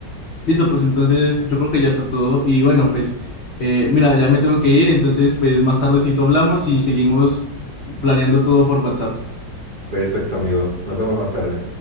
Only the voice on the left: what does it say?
Listo, pues entonces yo creo que ya está todo y bueno, pues eh, mira, ya me tengo que ir, entonces pues más tardecito hablamos y seguimos planeando todo por WhatsApp.